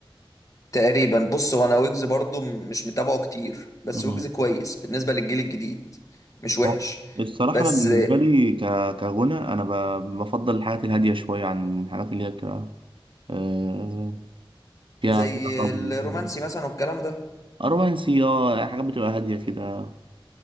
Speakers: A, on the left; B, on the right.
A: تقريبا بص هو انا ويجز برضو م- مش متابعه كتير بس
B: أمم.
A: ويجز كويس بالنسبة للجيل الجديد مش وحش
B: هو الصراحه
A: بس
B: انا بالنسبه لي ك... كغنى انا ب... بفضل الحاجات الهاديه شويه عن الحاجات اللي هي بتبقى آه، فيها
A: زي
B: فيها طبل
A: الرومانسي
B: وكده.
A: مثلا والكلام ده
B: آه، رومانسي اه حاجات بتبقى هاديه كده